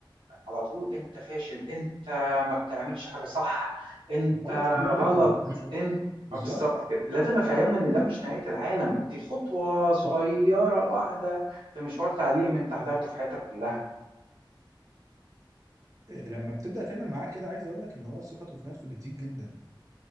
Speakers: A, on the right (about 90°); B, on the right (about 40°).
A: على طول أنت فاشل أنت ما بتعملش حاجة صح أنت
B: غلط كبير
A: غلط
B: جدا الكلام ده
A: أنت
B: بالظبط
A: آه، بالظبط كده لازم أفهمه إن ده مش نهاية العالم دي خطوة صغيرة
B: صح
A: واحدة في مشوار تعليم أنت هتاخده في حياتك كلها
B: إيه، لما بتبدا تعمل معاه كده عايز اقول لك ان هو ثقته في نفسه بتزيد جدا